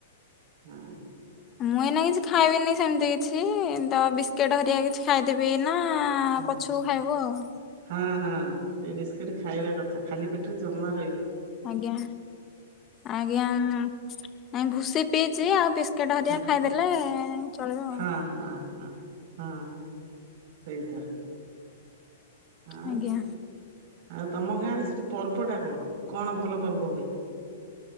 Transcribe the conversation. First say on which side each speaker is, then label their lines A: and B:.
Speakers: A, on the right (about 55°); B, on the left (about 30°).
A: ହଁ।
B: ମୁଁ ଏଇନା କିଛି ଖାଇବିନି ସେମତି କିଛି ତ ବିସ୍କେଟ୍ ହରିଆ କିଛି ଖାଇଦେବି ଏଇନା
A: ହଁ
B: ପଛୁକୁ ଖାଇବୁ ଆଉ।
A: ହଁ ହଁ ସେଇ ବିସ୍କିଟି ଖାଇବା କଥା ଖାଲି ପେଟେରେ ଜମା ରହିବ
B: ଆଜ୍ଞା ଆଜ୍ଞା ନା ନାଇଁ ଭୁଷି ପିଇଚି ଆଉ ବିସ୍ କେଟ୍ ହରିଆ
A: ହଁ
B: ଖାଇଦେଲେ ଚଳିବ ଆଉ।
A: ହଁ ହଁ ହଁ ହଁ ସେଇଟା। ଆଉ
B: ଆଜ୍ଞା
A: ଆଉ ତମ ଗାଁରେ ସେଠି ପର୍ବଟା କଣ କଣ ଭଲ ପର୍ବ ହୁଏ।